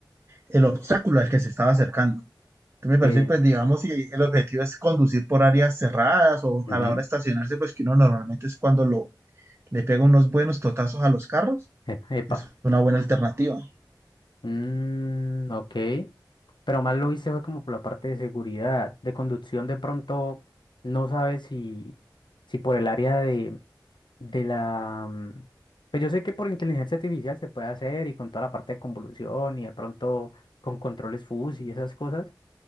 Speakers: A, on the right (about 30°); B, on the left (about 75°).
A: el obstáculo al que se estaba acercando. Entonces me
B: eh,
A: parece, pues digamos, si el objetivo es conducir por áreas cerradas o
B: ujú,
A: a la hora de estacionarse, pues que uno normalmente es cuando lo, le pega unos buenos totazos a los carros,
B: e- Epa.
A: es una buena alternativa.
B: Mm, ok. Pero más lo hice fue como por la parte de seguridad. De conducción de pronto no sabes si, si por el área de, de la... mm, Pues yo sé que por inteligencia artificial se puede hacer y con toda la parte de convolución y de pronto con controles FUS y esas cosas.